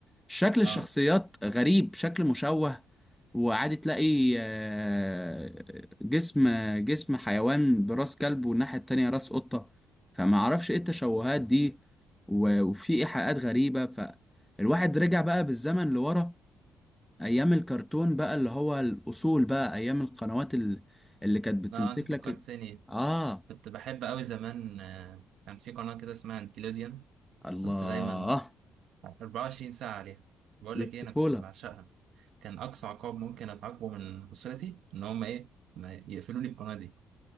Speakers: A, in the centre; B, on the right (about 80°).
A: شكل الشخصيات
B: اه
A: غريب شكل مشوه وعادي تلاقي آه، جسم جسم حيوان براس كلب والناحية التانية راس قطة فما اعرفش ايه التشوهات دي و- وفي ايحاءات غريبة فالواحد رجع بقى بالزمن لورا ايام الكرتون بقى اللي هو الاصول بقى ايام القنوات ال- اللي كانت بتمسك
B: اه انت فكرتني
A: لك ال- اه
B: كنت بحب قوي زمان آه. كان في قناه كده اسمها نيكلوديان
A: الله
B: كنت دايما 24 ساعه عليها بقول
A: دي
B: لك
A: الطفولة
B: ايه انا كنت بعشقها كان اقصى عقاب ممكن اتعاقبه من اسرتي ان هم ايه ما يقفلوا لي القناه دي